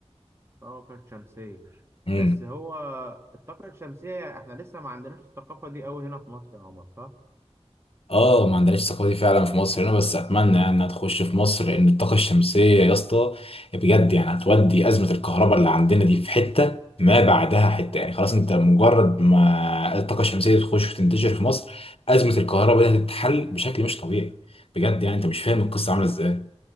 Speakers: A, on the right; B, on the left.
A: الطاقة الشمسية
B: يعني
A: بس هو الطاقة الشمسية احنا لسه ما عندناش الثقافة دي قوي هنا في مصر يا عمر صح؟
B: اه ما عندناش الثقافه دي فعلا في مصر هنا بس اتمنى يعني انها تخش في مصر لان الطاقه الشمسيه يا اسطى بجد يعني هتودي ازمه الكهرباء اللي عندنا دي في حته ما بعدها حته يعني خلاص انت مجرد ما الطاقه
A: مم.
B: الشمسيه تخش وتنتشر في مصر ازمه الكهرباء دي هتتحل بشكل مش طبيعي بجد يعني انت مش فاهم القصه
A: طيب
B: عامله ازاي